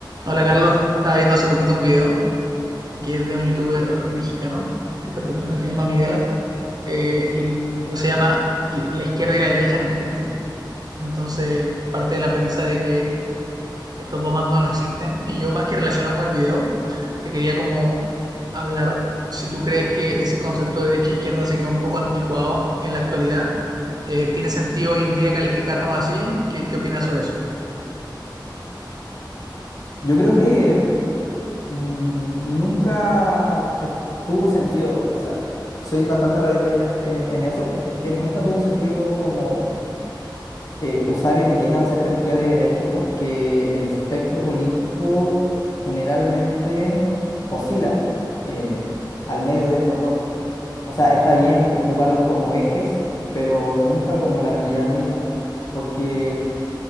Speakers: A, on the right; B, on the left.
A: Hola Carlos, estaba viendo hace poquito un video que es de un youtuber mexicano, que esa persona se llama Migala, eh, y el video se llama y La izquierda y la derecha no existen. Entonces parte de la premisa de que estos dos bandos no existen, y yo más que relacionado con el video, te quería como hablar si tú crees que ese concepto de derecha-izquierda se quedó un poco anticuado en la actualidad. Eh, ¿tiene sentido hoy en día calificarnos así? ¿Qué, qué opinas sobre eso?
B: Yo creo que mm, nunca es- tuvo sentido, o sea, soy bastante radical en, en- en eso, es que nunca tuvo sentido como eh, usar etiquetas acerca de izquierda y derecha porque el espectro político generalmente oscila eh, al medio de estas dos. O sea, está bien ocuparlas como ejes, pero nunca como la realidad misma, porque